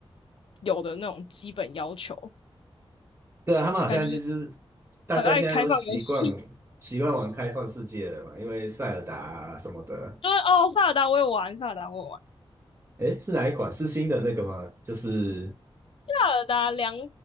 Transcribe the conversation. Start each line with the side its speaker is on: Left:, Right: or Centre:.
Left: 有的那种基本要求，
Right: 对啊，他们好像就是
Left: 感觉
Right: 大家现在都习惯习惯玩开放世界了嘛，
Left: 很爱开放游戏。<laughs>
Right: 因为塞尔达啊什么的。
Left: 对哦，萨尔达我也玩，萨尔达我也玩，
Right: 诶，是哪一款？是新的那个吗？就是
Left: 萨尔达两，